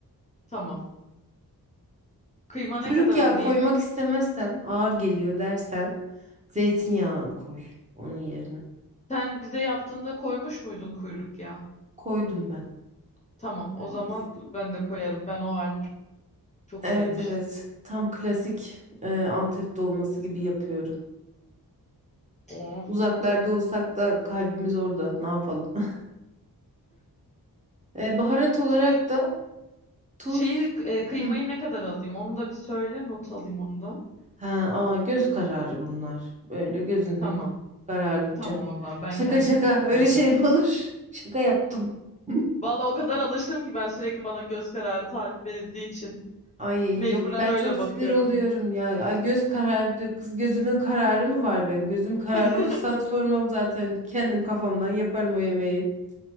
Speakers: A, on the left; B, on the right.
A: Tamam. Kıyma
B: Kuyruk
A: ne kadar
B: yağı
A: alayım?
B: koymak istemezsen ağır geliyor dersen zeytinyağı koy onun yerine.
A: Sen bize yaptığında koymuş muydun kuyruk ya?
B: Koydum ben.
A: Tamam.
B: Yani
A: O zaman
B: biz
A: ben de koyarım. Ben o halini çok
B: evet
A: sevmiştim.
B: evet tam klasik e, Antep dolması gibi yapıyorum.
A: Oh.
B: Uzaklarda olsak da kalbimiz orada. Ne yapalım? <laughs> E, baharat olarak
A: Şey,
B: da tuz.
A: şeyi e, kıymayı
B: Hı.
A: ne kadar alayım? Onu da bir söyle. Not alayım onu da.
B: Ha, aa, göz kararı bunlar. Böyle gözünün
A: Tamam.
B: kararınca.
A: Tamam o zaman ben
B: Şaka
A: kendim
B: şaka
A: kafama
B: öyle şey
A: göre.
B: mi olur? <laughs> Şaka yaptım. <laughs>
A: Vallahi o kadar alıştım ki ben sürekli bana göz kararı tarif verildiği için
B: Ay
A: mecburen
B: yok ben
A: öyle
B: çok sinir
A: bakıyorum.
B: oluyorum ya. Ay göz kararı diyor. Kız gözümün kararı mı var benim? Gözüm kararı
A: <laughs>
B: olsa sana sormam zaten. Kendim kafamdan yaparım o yemeği.